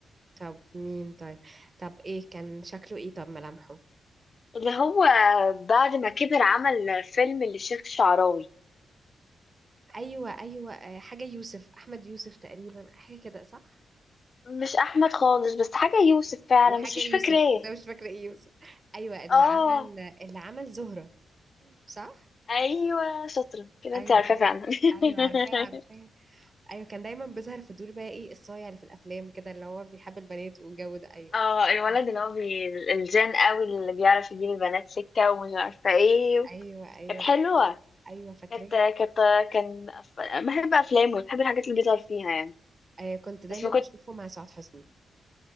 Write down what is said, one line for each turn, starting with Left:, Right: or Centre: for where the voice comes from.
Right: طب مين طيب طب ايه كان شكله ايه طب ملامحه
Left: اللي هو بعد ما كبر عمل فيلم للشيخ الشعراوي
Right: ايوه ايوه آه، حاجه يوسف احمد يوسف تقريبا حاجه كده صح
Left: مش احمد خالص بس حاجة يوسف فعلا
Right: وحاجه
Left: بس مش
Right: يوسف
Left: فاكرة ايه
Right: بس انا مش فاكره ايه يوسف ايوه اللي
Left: اه
Right: عمل اللي عمل زهره صح
Left: ايوه شاطره كده
Right: ايوه
Left: انت عارفة
Right: ايوه
Left: فعلا
Right: ايوه عارفاه
Left: <laughs>
Right: عارفاه ايوه كان دايما بيظهر في دور بقى ايه الصايع اللي في الافلام كده اللي هو بيحب البنات والجو ده ايوه
Left: اه الولد
Right: عارفاه
Left: اللي هو بي... الجان قوي اللي بيعرف يجيب البنات سكه ومش عارفه ايه
Right: ايوه ايوه
Left: كانت حلوه
Right: ايوه فاكراه
Left: كانت كانت كان أف- بحب افلامه بحب الحاجات اللي بيظهر فيها يعني
Right: آه، كنت دايما
Left: بس ما
Right: بشوفه
Left: كنت
Right: مع سعاد حسني